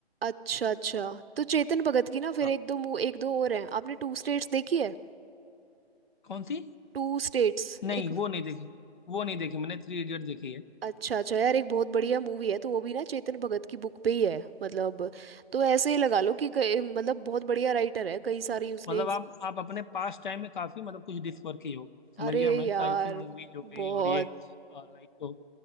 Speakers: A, on the right; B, on the left.
A: अच्छा अच्छा तो चेतन भगत की ना फिर
B: हाँ
A: एक दो मु- एक दो और हैं आपने टू स्टेट्स देखी है
B: कौन सी
A: टू स्टेट्स
B: नहीं
A: एक
B: वो नहीं देखी वो नहीं देखी मैंने थ्री इडियट देखी है
A: अच्छा अच्छा यार एक बहुत बढ़िया मूवी है तो वो भी ना चेतन भगत की बुक पे ही है मतलब तो ऐसे ही लगा लो कि कई- मतलब बहुत बढ़िया राइटर है कई सारी उसने
B: मतलब
A: इस-
B: आप आप अपने पास टाइम में काफी मतलब कुछ डिस्कवर किए हो समझ
A: अरे
B: गया मैं
A: यार
B: काफी मूवीज हो गई
A: बहुत
B: और ये लाइक